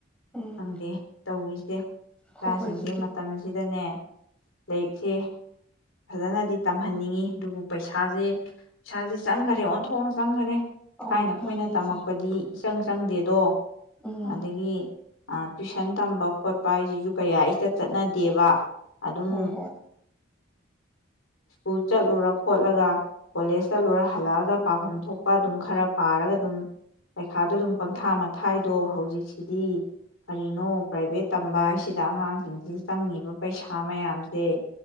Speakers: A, in the centre; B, on the left.
A: ꯎꯝ
B: ꯈꯪꯗꯦ ꯇꯧꯔꯤꯁꯦ ꯏꯆꯥꯁꯤꯡꯁꯦ
A: ꯍꯣꯏ ꯍꯣꯏ ꯏꯆꯦ ꯑꯗꯨ
B: ꯃꯇꯝꯁꯤꯗꯅꯦ ꯂꯥꯏꯔꯤꯛꯁꯦ ꯐꯖꯅꯗꯤ ꯇꯝꯍꯟꯅꯤꯡꯉꯤ ꯑꯗꯨꯕꯨ ꯄꯩꯁꯥꯁꯦ ꯄꯩꯁꯥꯁꯦ ꯆꯪꯒꯔꯗꯤ ꯑꯣꯟꯊꯣꯛꯅ ꯆꯪꯈꯔꯦ
A: ꯑꯧ
B: ꯊꯥꯏꯅ ꯑꯩꯈꯣꯏꯅ
A: ꯃꯥꯅꯦ
B: ꯇꯝꯃꯛꯄꯗꯤ
A: ꯏꯆꯦ
B: ꯆꯪ ꯆꯪꯗꯦꯗꯣ
A: ꯎꯝ
B: ꯑꯗꯒꯤ ꯑ ꯇꯨꯏꯁꯟ ꯇꯝꯕ ꯈꯣꯠꯄ ꯍꯥꯏꯁꯤꯁꯨ ꯀꯌꯥ ꯏꯆꯠ ꯆꯠꯅꯗꯦꯕ ꯑꯗꯨꯝ
A: ꯍꯣꯏ ꯍꯣꯏ
B: ꯁ꯭ꯀꯨꯜ ꯆꯠꯂꯨꯔ ꯈꯣꯠꯂꯒ ꯀꯣꯂꯦꯖ ꯆꯠꯂꯨꯔ ꯍꯜꯂꯛꯑꯒ ꯄꯥꯐꯝ ꯊꯣꯛꯄ ꯑꯗꯨꯝ ꯈꯔ ꯄꯥꯔꯒ ꯑꯗꯨꯝ ꯄꯩꯈꯥꯗ ꯑꯗꯨꯝ ꯄꯪꯊꯥ ꯃꯊꯥꯏꯗꯣ ꯍꯧꯖꯤꯛꯁꯤꯗꯤ ꯀꯔꯤꯅꯣ ꯄ꯭ꯔꯥꯏꯚꯦꯠ ꯇꯝꯕ ꯍꯥꯏꯁꯤꯗ ꯑꯉꯥꯡꯁꯤꯡꯁꯤ ꯆꯪꯉꯤꯕ ꯄꯩꯁꯥ ꯃꯌꯥꯝꯁꯦ